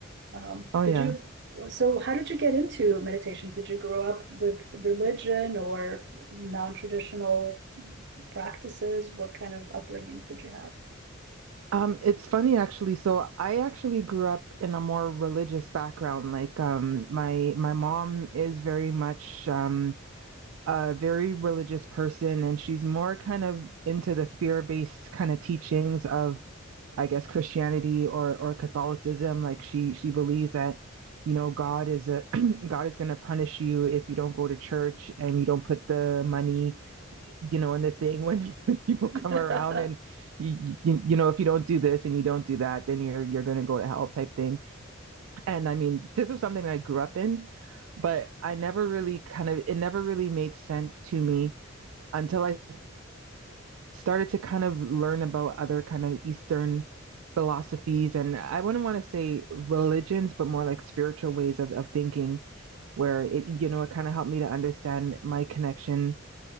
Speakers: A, on the right; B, on the right.
A: Um,
B: oh
A: did
B: yeah.
A: you, so how did you get into meditation? Did you grow up with religion or non-traditional practices? What kind of upbringing did you
B: Um, it's funny actually. So I actually grew up in a more religious background. Like um, my my mom is very much um, a very religious person, and she's more kind of into the fear based kind of teachings of I guess Christianity or or Catholicism. Like she she believes that you know God is a <clears throat> God is going to punish you if you don't go to church and you don't put the money you know in the thing when <laughs> people come
A: have?
B: around and
A: <laughs>
B: you, you, you know if you don't do this and you don't do that then you're you're going to go to hell type thing. And I mean this was something that I grew up in, but I never really kind of it never really made sense to me until I started to kind of learn about other kind of Eastern philosophies and I wouldn't want to say religions, but more like spiritual ways of, of thinking, where it, you know, it kind of helped me to understand my connection,